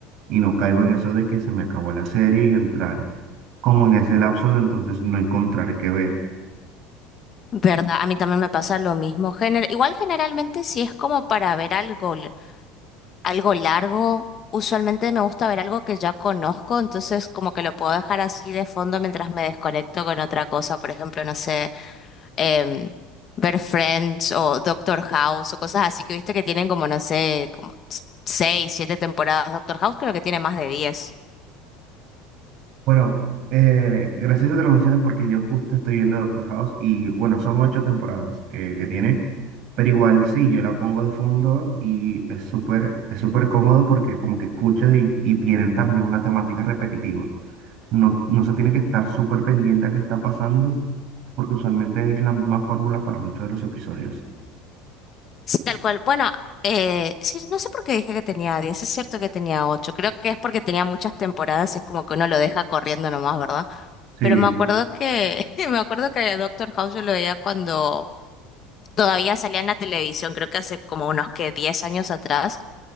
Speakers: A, on the right (about 45°); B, on the left (about 30°).
A: Y no caigo en eso de que se me acabó la serie y entrar como en ese lapso de entonces no encontrar qué ver.
B: ¿Verdad? A mí también me pasa lo mismo. Gener- Igual generalmente si es como para ver algo. algo largo. Usualmente me gusta ver algo que ya conozco, entonces como que lo puedo dejar así de fondo mientras me desconecto con otra cosa. Por ejemplo, no sé, em, ver Friends o Doctor House o cosas así que viste que tienen como, no sé, como s- seis, siete temporadas. Doctor House creo que tiene más de diez.
A: Bueno, eh, gracioso que lo menciones porque yo justo estoy viendo Doctor House y bueno, son ocho temporadas eh, que tiene, pero igual sí, yo la pongo de fondo y es súper es súper cómodo porque como que escuchas y, y tienen también una temática repetitiva. No, no se tiene que estar súper pendiente a qué está pasando porque usualmente es la misma fórmula para muchos de los episodios.
B: Sí, tal cual. Bueno, eh, sí, no sé por qué dije que tenía diez. Es cierto que tenía ocho. Creo que es porque tenía muchas temporadas y es como que uno lo deja corriendo nomás, ¿verdad?
A: Sí,
B: Pero me acuerdo que, <laughs> me acuerdo que Doctor House yo lo veía cuando todavía salía en la televisión, creo que hace como unos que 10 años atrás,